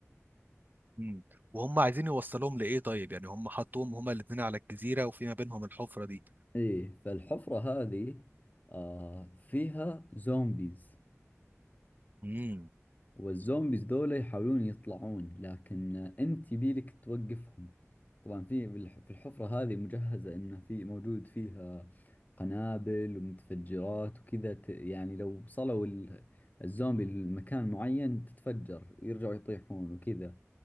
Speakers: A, on the right; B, on the left.
A: امم وهم عايزين يوصلهم لايه طيب يعني هم حطوهم هما الاثنين على الجزيره وفي ما بينهم الحفره دي
B: إيه فالحفرة هذه آه، فيها زومبيز
A: امم
B: والزومبيز ذولا يحاولون يطلعون لكن انت يبيلك توقفهم طبعا في بالح- في الحفرة هذه مجهزة انه في موجود فيها قنابل ومتفجرات وكذا ت- يعني لو وصلوا ال- الزومبي لمكان معين تتفجر ويرجعوا يطيحون وكذا